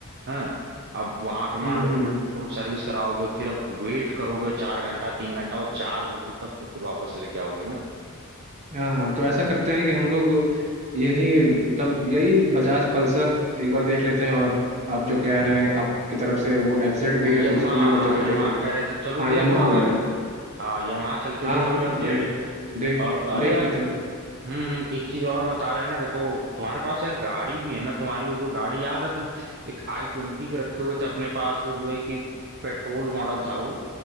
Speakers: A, on the right (about 50°); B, on the right (about 30°).
A: हाँ अब वहां पे मान
B: हम्म,
A: लो
B: हम्म।
A: फिर तुम सर्विस कराओगे फिर अब वेट करोगे चार घंटा तीन घंटा वो चार्ज होगी तब तो फिर वापस लेके आओगे ना
B: हाँ हाँ तो ऐसा करते हैं कि हम लोग यही तब यही बजाज पल्सर एक बार देख लेते हैं और आप जो कह रहे हैं आपकी तरफ से वो एफजेड
A: वो
B: भी
A: यमा
B: है तो उसको भी एक बार
A: हाँ
B: चल के
A: यमा
B: देख लेते
A: कह
B: हैं
A: रहे तो चलो
B: हाँ
A: देख
B: यामाहा
A: लो
B: वाली
A: फिर हाँ यमाहा चल के
B: हाँ
A: देख
B: हाँ
A: लो एफजेड
B: देख देख
A: और अरे
B: देख
A: यार
B: लेते हैं
A: हम्म हम्म एक चीज और बता रहे हैं ना देखो तुम्हारे पास यार गाड़ी भी है ना तुम्हारी वो जो गाड़ी याद है तुम एक आई ट्वेंटी भी रखे हुए थे अपने पास वो जो है कि पेट्रोल मॉडल था वो